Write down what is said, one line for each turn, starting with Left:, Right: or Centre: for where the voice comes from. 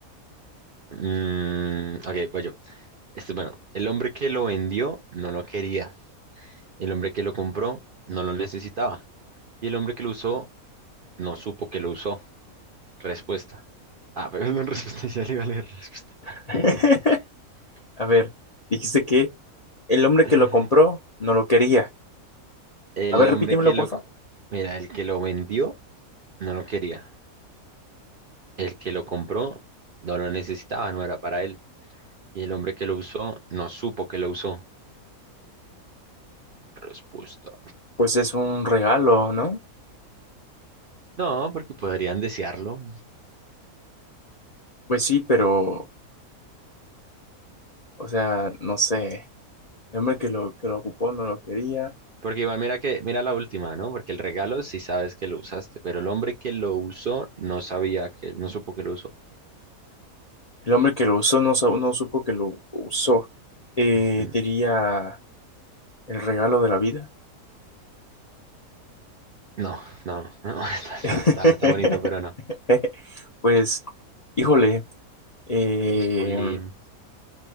Right: Mm, ok, voy yo. Este, bueno, el hombre que lo vendió no lo quería. El hombre que lo compró no lo necesitaba. Y el hombre que lo usó no supo que lo usó. Respuesta. Ah, <laughs> pero no respuesta, ya le iba a leer respuesta.
Left: <laughs> A ver, dijiste que el
Right: <laughs>
Left: hombre que lo compró no lo quería.
Right: El
Left: A ver,
Right: hombre
Left: repítemelo,
Right: que lo,
Left: porfa.
Right: mira, el que lo vendió no lo quería. El que lo compró no lo necesitaba, no era para él. Y el hombre que lo usó no supo que lo usó. Respuesta.
Left: Pues es un regalo, ¿no?
Right: No, porque podrían desearlo.
Left: Pues sí, pero, o sea, no sé. El hombre que lo, que lo ocupó no lo quería.
Right: Porque igual mira que, mira la última, ¿no? Porque el regalo sí sabes que lo usaste, pero el hombre que lo usó no sabía que, no supo que lo usó.
Left: El hombre que lo usó no, sa- no supo que lo usó. Eh,
Right: Ujú.
Left: diría el regalo de la vida.
Right: No, no, no, <laughs> está, está,
Left: <laughs>
Right: está, está bonito, pero no.
Left: Pues, híjole, eh,
Right: Híjole.